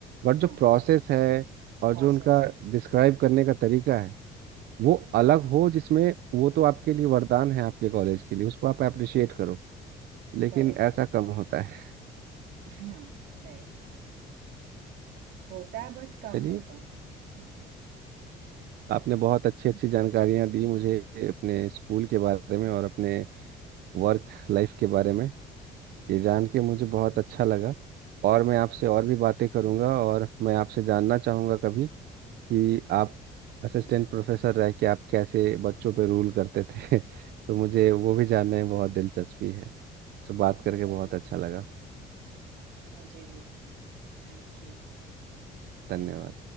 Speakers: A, on the right; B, on the right.
A: बट
B: हाँ
A: जो प्रोसेस है और
B: प्रोसेस
A: जो उनका
B: है
A: डिस्क्राइब करने का तरीका है वो
B: बराबर
A: अलग हो जिसमें वो तो आपके लिए वरदान है आपके कॉलेज के लिए उसको आप अप्रिशिएट करो लेकिन
B: करेक्ट
A: ऐसा कम होता है
B: हाँ राइट राइट होता है बट कम
A: चलिए
B: होता है हाँ
A: आपने बहुत अच्छी
B: हाँ
A: अच्छी जानकारियां दी मुझे अपने स्कूल के बारे में और अपने वर्क लाइफ के बारे में ये जान
B: हाँ,
A: के मुझे बहुत अच्छा लगा और मैं आपसे और भी बातें करूंगा और मैं आपसे जानना चाहूंगा कभी कि आप असिस्टेंट प्रोफेसर रह के आप कैसे बच्चों पे रूल करते थे <laughs> तो मुझे वो भी जानने में बहुत दिलचस्पी है सो बात करके
B: जरूर
A: बहुत अच्छा लगा
B: जरूर मुझे भी थैंक यू
A: धन्यवाद